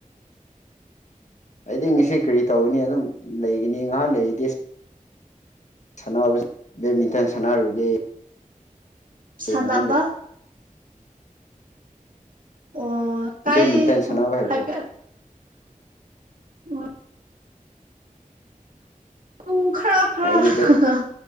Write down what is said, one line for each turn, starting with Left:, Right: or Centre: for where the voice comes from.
Left: ꯑꯩꯗꯤ ꯉꯁꯤ ꯀꯔꯤ ꯇꯧꯒꯅꯤ ꯑꯗꯨꯝ ꯂꯩꯒꯅꯤ ꯉꯥꯏꯍꯥꯛ ꯂꯩꯔꯤꯗꯤ ꯁꯥꯟꯅꯕ <unintelligible> ꯕꯦꯠꯃꯤꯟꯇꯟ ꯁꯥꯟꯅꯔꯨꯒꯦ ꯉꯥꯏꯍꯥꯛ
Right: ꯁꯥꯟꯅꯕ
Left: ꯂꯩ
Right: ꯑꯣ ꯇꯥꯏ
Left: ꯕꯦꯠꯃꯤꯟꯇꯟ ꯁꯥꯟꯅꯕ ꯍꯥꯏꯕ꯭ꯔꯣ
Right: ꯍꯥꯏꯕꯤ ꯎ ꯎ ꯈꯔ ꯈꯔ
Left: ꯑꯩꯗꯤ
Right: ꯈꯔ